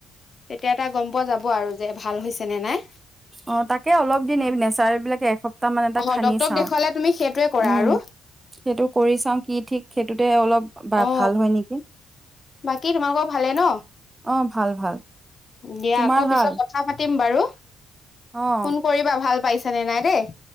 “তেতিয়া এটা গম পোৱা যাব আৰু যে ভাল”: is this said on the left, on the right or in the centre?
Left